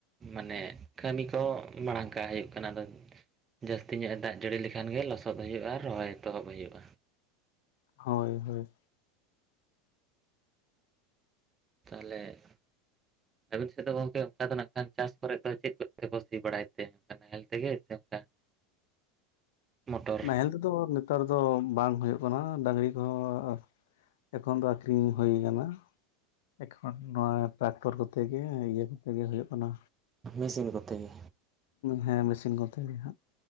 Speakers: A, on the right (about 25°); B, on the left (about 65°).
A: ᱢᱟᱱᱮ ᱠᱟᱹᱢᱤ ᱠᱚ ᱢᱟᱲᱟᱝ ᱠᱟᱜ ᱦᱩᱭᱩᱜ ᱠᱟᱱᱟ ᱟᱫᱚ ᱡᱟᱹᱥᱛᱤ ᱧᱚᱜ ᱮ ᱫᱟᱜ ᱡᱟᱹᱲᱤ ᱞᱮᱠᱷᱟᱱ ᱜᱮ ᱞᱚᱥᱚᱫ ᱦᱩᱭᱩᱜᱼᱟ ᱨᱚᱦᱚᱭ ᱮᱛᱚᱦᱚᱵ ᱦᱩᱭᱩᱜᱼᱟ
B: ᱦᱳᱭ ᱦᱳᱭ
A: ᱛᱟᱦᱞᱮᱜ ᱟᱵᱤᱱ ᱥᱮᱫ ᱫᱚ ᱜᱚᱢᱠᱮ ᱚᱱᱠᱟ ᱫᱚ ᱱᱟᱜ ᱠᱷᱟᱱ ᱪᱟᱥ ᱠᱚᱨᱮ ᱫᱚ ᱪᱮᱫ ᱠᱚᱛᱮ ᱠᱚ ᱥᱤ ᱵᱟᱲᱟᱭ ᱛᱮ ᱱᱟᱦᱮᱞ ᱛᱮᱜᱮ ᱥᱮ ᱚᱱᱠᱟ <inaudible> ᱢᱚᱴᱚᱨ
B: ᱱᱟᱦᱮᱞ ᱛᱮᱫᱚ ᱱᱮᱛᱟᱨ ᱫᱚ ᱵᱟᱝ ᱦᱩᱭᱩᱜ ᱠᱟᱱᱟ ᱰᱟᱝᱨᱤ ᱠᱚᱦᱚᱸ ᱮᱠᱷᱚᱱ ᱫᱚ ᱟᱠᱷᱨᱤᱧ ᱦᱩᱭ ᱟᱠᱟᱱᱟ᱾ ᱮᱠᱷᱚᱱ ᱱᱚᱣᱟ ᱴᱨᱟᱠᱴᱚᱨ ᱠᱚᱛᱮ ᱜᱮ ᱤᱭᱟᱹ ᱠᱚᱛᱮ ᱜᱮ ᱦᱩᱭᱩᱜ ᱠᱟᱱᱟ᱾
A: ᱢᱮᱥᱤᱱ ᱠᱚᱛᱮ ᱜᱮ᱾
B: ᱦᱮᱸ ᱢᱮᱥᱤᱱ ᱠᱚᱛᱮ ᱜᱮ ᱦᱟᱸᱜ᱾